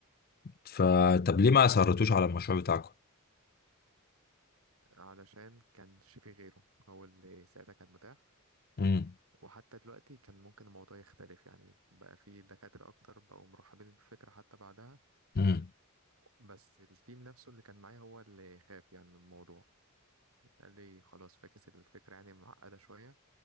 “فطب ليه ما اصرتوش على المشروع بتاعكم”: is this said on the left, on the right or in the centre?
Left